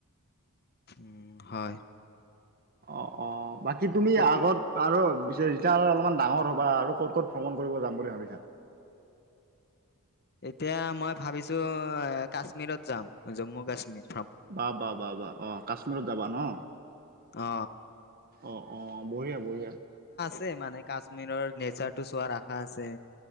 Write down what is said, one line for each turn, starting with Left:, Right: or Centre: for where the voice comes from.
Left: উম, হয়।
Right: অ', অ', বাকী তুমি
Left: এতিয়া
Right: আগত আৰু বি যে-যেতিয়া আৰু অলপমান ডাঙৰ হ'বা আৰু ক'ত ক'ত ভ্ৰমণ কৰিব যাম বুলি ভাবিছা?
Left: এতিয়া মই ভাবিছোঁ কাশ্মীৰত যাম, জম্মু-কাশ্মীৰ।
Right: বা, বা, বা, বা, অ', কাশ্মীৰত যাবা ন'?
Left: অ
Right: অ', অ', বঢ়িয়া, বঢ়িয়া।
Left: ছে মানে কাশ্মীৰৰ নেচাৰটো চোৱাৰ আশা আছে।